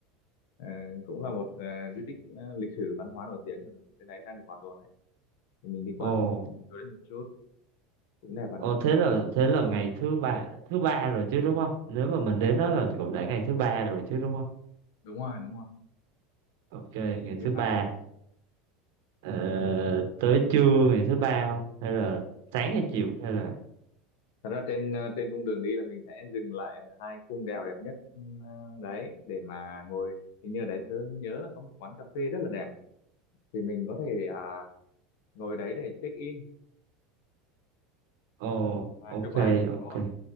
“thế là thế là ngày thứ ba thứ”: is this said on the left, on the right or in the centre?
Right